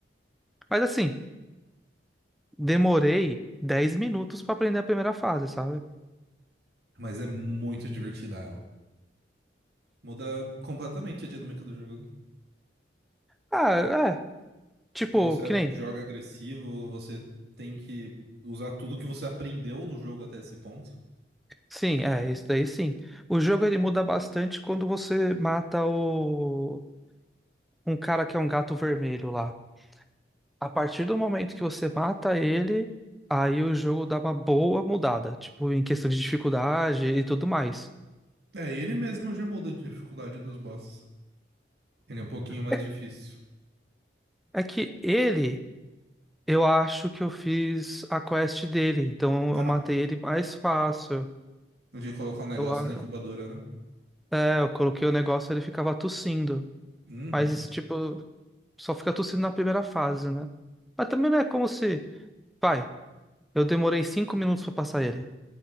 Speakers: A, in the centre; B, on the right (about 65°).
A: Mas assim, demorei 10 minutos pra aprender a primeira fase, sabe?
B: Mas é muito divertida ela. Muda completamente a dinâmica do jogo, né?
A: Ah, é, tipo,
B: Que você
A: que nem.
B: joga agressivo, você tem que usar tudo que você aprendeu no jogo até esse ponto.
A: Sim, é, isso daí sim. O jogo ele muda bastante quando você mata o um cara que é um gato vermelho lá. A partir do momento que você mata ele, aí o jogo dá uma boa mudada, tipo, em questão de dificuldade e tudo mais.
B: É, ele mesmo já muda a dificuldade dos bosses. Ele é um pouquinho mais
A: É
B: difícil.
A: é que ele, eu acho que eu fiz a quest dele, então
B: Tá.
A: eu matei ele mais fácil.
B: De colocar um negócio
A: Eu, a-
B: na incubadora, né?
A: é, eu coloquei o negócio, ele ficava tossindo.
B: Uhum.
A: Mas esse tipo, só fica tossindo na primeira fase, né? Mas também não é como se. Vai, eu demorei cinco minutos pra passar ele.